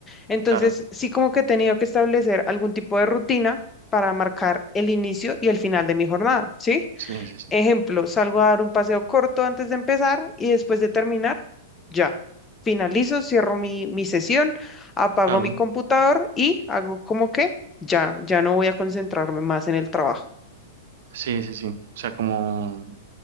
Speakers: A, on the left; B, on the right.
A: Entonces,
B: claro.
A: sí como que he tenido que establecer algún tipo de rutina para marcar el inicio y el final de mi jornada, ¿sí?
B: Sí, sí, sí.
A: Ejemplo, salgo a dar un paseo corto antes de empezar y después de terminar, ya. Finalizo, cierro mi, mi sesión, apago
B: Claro.
A: mi computador y hago como que ya, ya no voy a concentrarme más en el trabajo.
B: Sí, sí, sí. O sea, como,